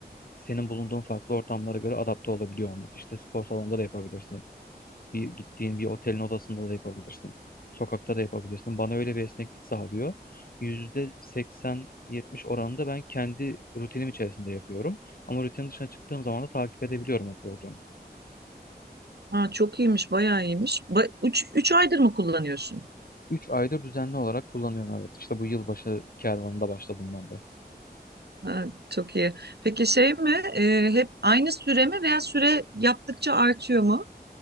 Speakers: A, on the left (about 60°); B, on the right (about 75°).
A: senin bulunduğun farklı ortamlara göre adapte olabiliyor olması. İşte spor salonunda da yapabilirsin. Bir gittiğin bir otelin odasında da yapabilirsin. Sokakta da yapabilirsin. Bana öyle bir esneklik sağlıyor. %80-70 oranında ben kendi rutinim içerisinde yapıyorum. Ama rutinin dışına çıktığım zaman da takip edebiliyorum o programı.
B: Aa, çok iyiymiş, bayağı iyiymiş. Ba- üç, üç aydır mı kullanıyorsun?
A: 3 aydır düzenli olarak kullanıyorum evet. İşte bu yılbaşı kervanında başladım ben de.
B: Ha, çok iyi. Peki şey mi? e, hep aynı süre mi veya süre yaptıkça artıyor mu?